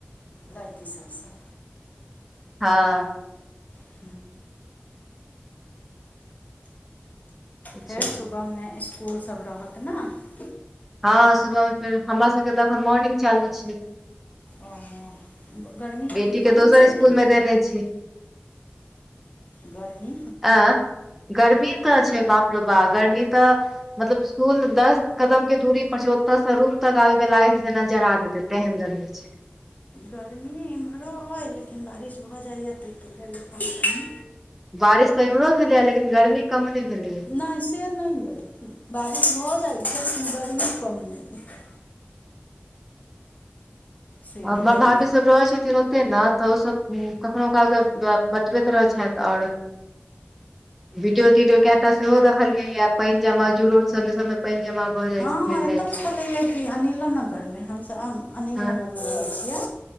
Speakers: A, on the left (about 40°); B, in the centre.
A: लड़की सभ सँ
B: हँ
A: <unintelligible> फोर
B: छै।
A: सु बहमे इस्कूल सभ रहत नऽ
B: हँ सुबहमे फेर हमरा सभके तऽ एखन मॉर्निंग चालू छै
A: ओ गर्मी
B: बेटी
A: की
B: केँ
A: बहुत
B: दोसर
A: छै
B: इसकुल
A: की
B: मे देने छी
A: गरमी
B: अ गर्मी तऽ छै बाप रो बा गर्मी मतलब इसकूल दस कदम केँ दूरी पर छै ओतऽ सँ रूम तकऽ आबइ मे लागत जेना जरा देते तेहन गर्मी छै
A: गर्मी एम्हरो अइ लेकिन बारिश भऽ जाइए ताहि कऽ लेल अपन कनी
B: बारिश तऽ एम्हरो भेलैए लेकिन गर्मी कम नय भेलैए
A: नहि से नैइ य बारिश भऽ जाइत छै लेकिन गर्मी कम नय छै से
B: हमर
A: एतौ
B: भाभी
A: अइ
B: सभ रहै छथिन ओ ते नऽ तऽ ओसभ कखनो काल कऽ पबैत रहैत छथि आओर वीडियो तिडियो कैय टा सेहो देखलियै यऽ पाइन जमा जूरोड सभ मे सब मे पाइन जमा भऽ जाइ
A: हँ
B: छै भरि
A: एतौ
B: जाइ छै
A: छले यऽ की अनिलो नगर मे हमसभ अनिल
B: हँ
A: नगर मे रहै छियै